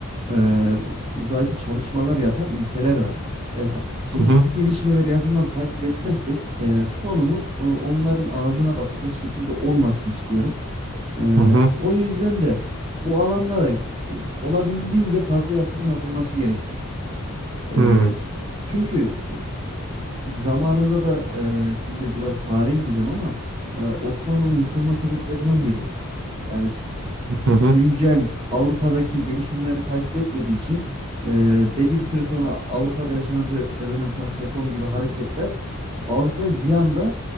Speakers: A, on the right; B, on the right.
A: e, uzayda çalışmalar yapan ülkeler var. E, s- şimdi
B: Hı hı.
A: bu gelişmeleri yakından takip etmezsek e, sonumuz e, onların ağzına bakacak şekilde olmasın istiyorum. E,
B: Hı hı.
A: o yüzden de bu alanlara e, olabildiğince fazla yatırım yapılması gerekiyor. Ee,
B: Hmm,
A: çünkü e, zamanında da e, şimdi biraz tarihe gideceğim ama e, Osmanlı'nın yıkılma sebeplerinden biriydi. Yani
B: Hı hı,
A: güncel Avrupa'daki gelişimleri takip etmediği için e, belli bir süre sonra Avrupa'da yaşanan Rö- Rönesans reform gibi hareketler Avrupa'yı bir anda